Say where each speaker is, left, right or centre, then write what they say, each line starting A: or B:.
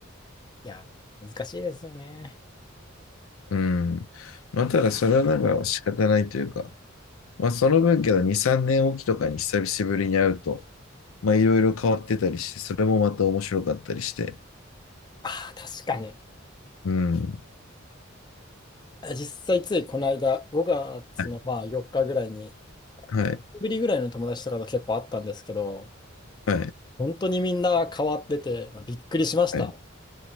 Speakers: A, on the left (about 20°); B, on the left (about 85°).
A: いやー、難しいですよね。
B: うん。まあ、ただそれはなんか仕方ないというか、まあ、その分けど2、3年おきとかに久しぶりに会うと、まあ、いろいろ変わってたりして、それもまた面白かったりして。
A: ああ、確かに。
B: うん。
A: 実際ついこの間、5月のまあ4日ぐらいに、
B: はい。はい。
A: 4年ぶりぐらいの友達とかと結構あったんですけど、
B: はい。
A: 本当にみんな変わってて、まあびっくりしました。
B: はい